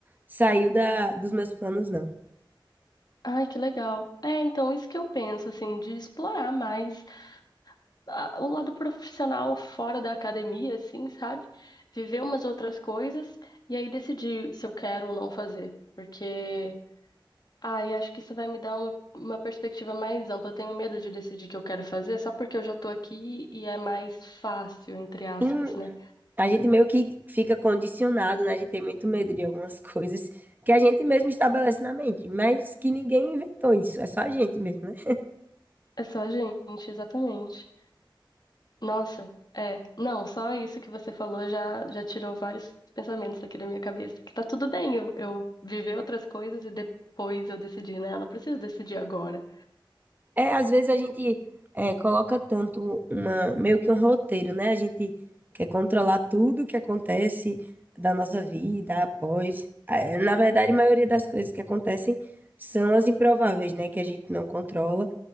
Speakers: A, on the right; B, on the left.
A: saiu da, dos meus planos, não.
B: Ai, que legal. É, então, isso que eu penso, assim, de explorar mais. a- o lado profissional fora da academia, assim, sabe? Viver umas outras coisas e aí decidir se eu quero ou não fazer. Porque, ai, acho que isso vai me dar uma, uma perspectiva mais ampla. Eu tenho medo de decidir o que eu quero fazer só porque eu já tô aqui e é mais fácil, entre aspas,
A: Em
B: né?
A: A gente meio que fica condicionado, né? A gente tem muito medo de algumas coisas que a gente mesmo estabelece na mente, mas que ninguém inventou isso, é só a gente mesmo, né?
B: É só a gente, exatamente. Nossa, é. Não, só isso que você falou já, já tirou vários pensamentos aqui da minha cabeça. Que tá tudo bem eu, eu viver outras coisas e depois eu decidir, né? Eu não preciso decidir agora.
A: É, às vezes a gente é, coloca tanto uma, meio que um roteiro, né? A gente quer controlar tudo que acontece da nossa vida após. É, Na verdade, a maioria das coisas que acontecem são as improváveis, né? Que a gente não controla.